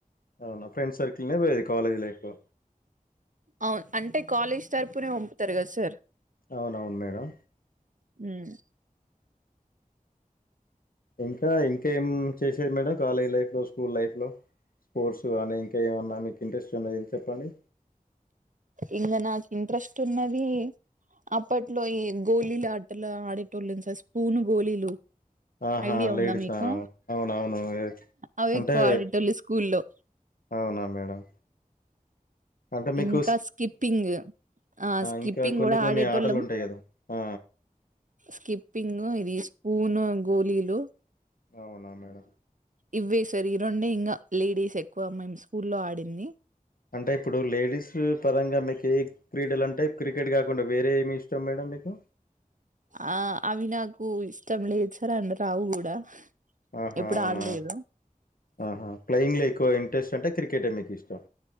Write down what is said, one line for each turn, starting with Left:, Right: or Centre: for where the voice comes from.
Left: అవునా ఫ్రెండ్ సర్కిల్నే పోయేది కాలేజ్ లైఫ్లో
Right: అవును అంటే కాలేజ్ తరపుునే పంపుతారు కదా సార్
Left: అవునవును మేడం
Right: మ్
Left: ఇంకా ఇంకా ఏం చేసేది మేడం కాలేజ్ లైఫ్ లో స్కూల్ లైఫ్ లో స్పోర్స్ కానీ ఇంకా ఏమన్నా మీకు ఇంట్రెస్ట్ ఉన్నది చెప్పండి
Right: ఎనా ఇంట్రెస్ట్ ఉన్నది అప్పట్లో ఈ గోళ్ళిలు ఆటలా, ఆడేటోళ్ళు సార్ స్పూను గోళ్ళిలు
Left: ఆహా
Right: ఐడియా
Left: లేడీసా
Right: ఉందా మీకు
Left: అవునవును
Right: అవి
Left: అంటే
Right: ఎక్కువ ఆడటోళ స్కూల్లో
Left: అవునా మేడం అంటే మీకు
Right: ఇంకా స్కిప్పింగ్ ఆ స్కిప్పింగ్
Left: ఇంకా కొన్ని
Right: కూడా
Left: కొన్ని
Right: ఆడేటోల్లం
Left: ఆటలు ఉంటాయి కదా ఆ
Right: స్కిప్పింగ్ ఇది పూను గోలీలు
Left: అవునా మేడం
Right: ఇవ్వే సార్ ఈ రెండే ఇంకా లేడీస్ ఎక్కువ మేము స్కూల్లో ఆడింది
Left: అంటే ఇప్పుడు లేడీస్ పరంగా మీకే క్రీడలు అంటే క్రికెట్గా తకుండా వేరే ఏమి ఇష్టం మేడం మీకు
Right: ఆ అవి నాకు ఇష్టం లేదు సార్ అండ రావు కూడా
Left: ఆహా
Right: ఎప్పుడు
Left: అవునా
Right: ఆడలేదు
Left: ఆహా ప్లేయింగ్ లో ఎక్కువ ఇంట్రెస్ట్ అంటే క్రికె <unintelligible> మీకు ఇష్టం